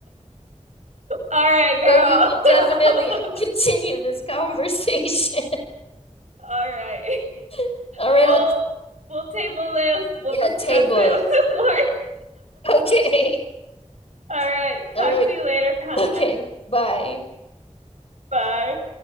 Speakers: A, on the right; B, on the left.
A: All right, girl.
B: But we will definitely <laughs> continue
A: <laughs>
B: this conversation.
A: alright
B: <laughs> All right,
A: Well,
B: I'll
A: <laughs> we'll we'll table this. We'll
B: yeah,
A: discuss
B: table
A: it
B: it.
A: <laughs> with some more.
B: Okay.
A: All right.
B: <laughs> All
A: Talk
B: right.
A: to you later, hon.
B: Okay. Bye.
A: Bye.